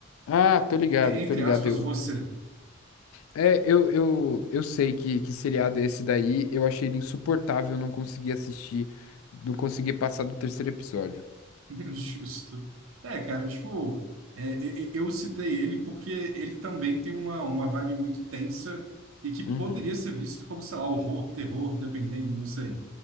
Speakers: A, on the left; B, on the right.
A: Ah, tô ligado,
B: E- entre
A: tô ligado.
B: aspas,
A: Eu,
B: você.
A: é, eu, eu, eu sei que, que seriado é esse daí. Eu achei ele insuportável, eu não consegui assistir, não consegui passar do terceiro episódio.
B: <laughs> Justo. É, cara, tipo, é, e- e- eu citei ele porque ele também tem uma, uma vibe muito tensa e que poderia
A: Uhum.
B: ser visto como, sei lá, horror, terror, dependendo, não sei.